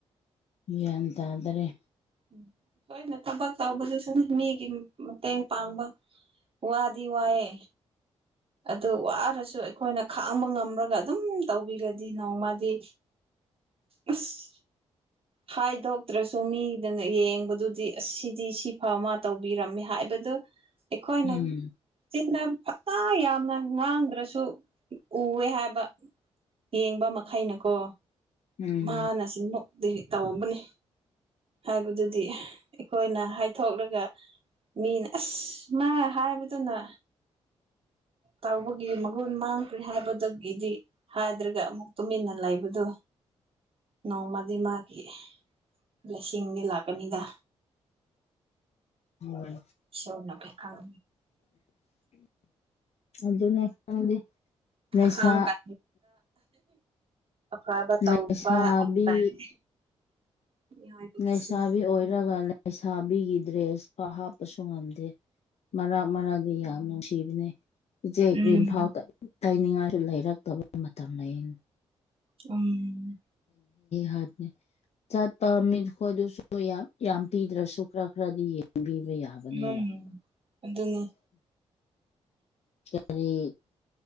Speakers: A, on the left; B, on the right.
A: ꯒ꯭ꯌꯥꯟ ꯇꯥꯗ꯭ꯔꯦ꯫
B: ꯎ ꯍꯣꯏꯅ ꯊꯕꯛ ꯇꯧꯕꯗꯨꯁꯨꯨꯝ ꯃꯤꯒꯤ ꯃꯇꯦꯡ ꯄꯥꯡꯕ ꯋꯥꯗꯤ ꯋꯥꯑ꯫ ꯑꯗꯨ ꯋꯥꯔꯁꯨ ꯑꯩꯈꯣꯏꯅ ꯈꯥꯡꯕ ꯉꯝ꯭ꯔꯒ ꯑꯗꯨꯝ ꯇꯧꯕꯤꯒꯗꯤ ꯅꯣꯡꯃꯗꯤ꯫ ꯑꯁ ꯍꯥꯏꯗꯣꯛꯇ꯭ꯔꯁꯨ ꯃꯤꯗꯅ ꯌꯦꯡꯕꯗꯨꯗꯤ ꯑꯁ ꯁꯤꯗꯤ ꯁꯤ ꯐ ꯃꯥ ꯇꯧꯕꯤꯔꯝꯃꯤ ꯍꯥꯏꯕ ꯑꯗꯨ ꯑꯩꯈꯣꯏꯅ
A: ꯎꯝ
B: ꯐꯇꯥ ꯌꯥꯝꯅ ꯉꯥꯡꯗ꯭ꯔꯁꯨ ꯁꯨ ꯎꯋꯦ ꯍꯥꯏꯕ ꯌꯦꯡꯕ ꯃꯈꯩꯅꯀꯣ꯫
A: ꯎꯝ
B: ꯃꯥꯅ ꯁꯤꯃꯨꯛꯇꯤ ꯇꯧꯕꯅꯤ꯫ ꯍꯥꯏꯕꯗꯨꯗꯤ ꯑꯩꯈꯣꯏꯅ ꯍꯥꯏꯊꯣꯛꯂꯒ꯫ ꯃꯤꯅ ꯑꯁ ꯃꯥ ꯍꯥꯏꯕꯗꯨꯅ꯫ ꯇꯥꯎꯕꯒꯤ ꯃꯒꯨꯟ ꯃꯥꯡꯈ꯭ꯔꯦ ꯍꯥꯏꯕꯗꯒꯤꯗꯤ ꯍꯥꯏꯗ꯭ꯔꯒ ꯑꯃꯨꯛ ꯇꯨꯃꯤꯟꯅ ꯂꯩꯕꯗꯨ꯫ ꯅꯣꯡꯃꯗꯤ ꯃꯥꯒꯤ ꯂꯤꯁꯤꯡꯗꯤ ꯂꯥꯛꯀꯅꯤꯗ꯫
A: ꯍꯣꯏ
B: ꯏꯁꯧꯅ ꯈꯤꯗꯪ
A: ꯑꯗꯨꯅꯦ ꯈꯪꯗꯦ ꯂꯩꯁꯥ
B: ꯈꯥꯡ ꯀ ꯐꯥꯕ ꯇꯧꯕ
A: ꯂꯩꯁꯥꯕꯤ
B: ꯍꯥꯏꯕ ꯇꯥꯔꯦ ꯃꯤꯑꯣꯏꯕꯒꯤꯁꯦ
A: ꯂꯩꯩꯁꯥꯕꯤ ꯑꯣꯏꯔꯒ ꯂꯩꯁꯥꯕꯤꯒꯤ ꯗ꯭ꯔꯦꯁ ꯍꯥꯞꯄꯁꯨ ꯉꯝꯗꯦ ꯃꯔꯛ ꯃꯔꯛꯗꯤ ꯌꯥꯝ ꯅꯨꯡꯁꯤꯕꯅꯦ ꯏꯆꯦ
B: ꯎꯝ
A: ꯀ꯭ꯔꯤꯝ ꯐꯥꯎ ꯇꯥꯏꯅꯤꯡꯉꯥꯏꯁꯨ ꯂꯩꯔꯛꯇꯕ ꯃꯇꯝ ꯑꯩꯅ
B: ꯎꯝ
A: ꯍꯥꯕꯅꯦ ꯆꯠꯄꯝꯃꯤꯈꯣꯏ ꯑꯗꯨꯁꯨ ꯌꯥꯝ ꯄꯤꯗ꯭ꯔꯁꯨ ꯈꯔ ꯈꯔꯗꯤ ꯌꯦꯡꯕꯤ ꯌꯥꯕꯅꯦꯕ
B: ꯎꯝ ꯑꯗꯨꯅꯤ <inaudible>
A: ꯀꯔꯤ